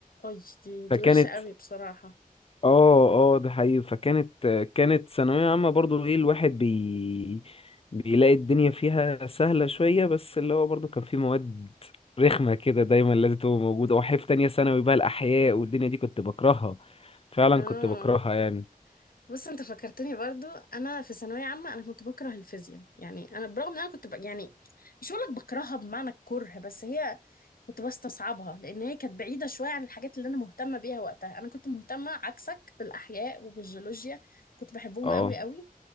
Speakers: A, on the left; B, on the left.
A: اي دي دي
B: فكانت
A: وحشة قوي بصراحة
B: اه اه ده حقيقي فكانت كانت ثانوية عامة برضو ايه الواحد بي بيلاقي الدنيا فيها سهلة شوية بس اللي هو برضو كان في مواد رخمة كده دايما لازم تبقى موجودة وحيف تانية ثانوي بقى الأحياء والدنيا دي كنت بكرهها فعلا
A: اه
B: كنت بكرهها يعني
A: بص انت فكرتني برضو انا في ثانويه عامه انا كنت بكره الفيزياء يعني انا برغم ان انا كنت ب... يعني مش هقول لك بكرهها بمعنى الكره بس هي كنت بستصعبها لان هي كانت بعيده شويه عن الحاجات اللي انا مهتمه بيها وقتها انا كنت مهتمه عكسك بالاحياء وبالجيولوجيا كنت بحبهم
B: اه
A: قوي قوي